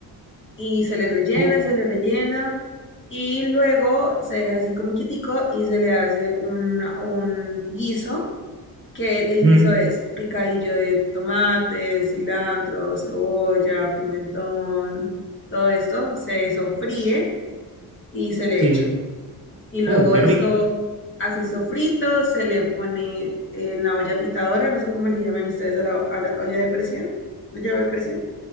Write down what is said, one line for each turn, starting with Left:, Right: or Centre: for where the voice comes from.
Left: Y se le rellena,
Right: Uh,
Left: se le rellena. Y luego se deja así como quietico y se le hace un, un guiso que el
Right: mm,
Left: guiso es picadillo de tomate, cilantro, cebolla, pimentón, todo esto se sofríe y se le
Right: sí.
Left: echa. Y luego
Right: Uh, qué
Left: esto
Right: rico.
Left: así sofrito se le pone en la olla pitadora, no sé cómo le llaman ustedes a la, a la olla de presión, olla de presión.